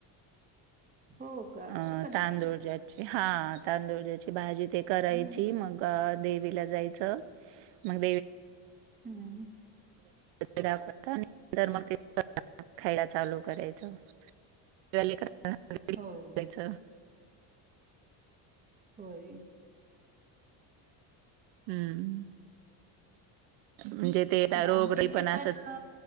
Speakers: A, on the right; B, on the right.
A: हो का असं
B: अ
A: पण
B: तांदूळज्याची
A: असतं का?
B: हा तांदूुळज्याची भाजी ते करायची
A: हम्म
B: मग देला जाच मग
A: हम्
B: ते खायला चालू करायच <inaudible>
A: होय
B: च
A: होय
B: हम्म म्हणजे ते रोग
A: आमच्या
B: र
A: इथे
B: पण असत
A: अ,